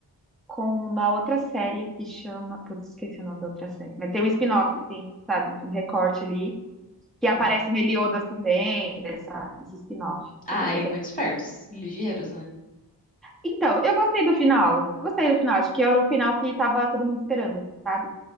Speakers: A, in the centre; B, on the left.
A: com uma outra série que chama. Putz, esqueci o nome da outra série. Mas tem um spin-off, tem, sabe? Um recorte ali que aparece
B: Uhum.
A: o Meliodas também, nessa, nesse spin-off.
B: Ai,
A: É bem legal.
B: muito espertos, ligeiros, né?
A: Então, eu gostei do final. Gostei do final. Acho que era o final que tava todo mundo esperando, assim, sabe?